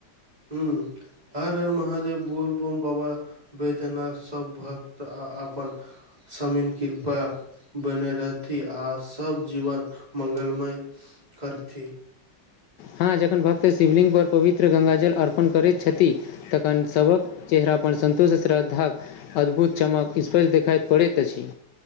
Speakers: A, on the right; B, on the left.
A: ह्म हर हर महादेव बोल बम बाबा वेद्यनाथ सभ भक्त आ अपन समीन कृपा बने रहथि आ सब जीवन मंगलमय करथि
B: हँ जखन भक्त शिवलिंग पर पवित्र गंगाजल अर्पण करैत छथि तखन सभक चेहरा पर संन्तोष आ श्रद्धाक अद्भुत चमक स्पष्ट देखाइत पड़ैत अछि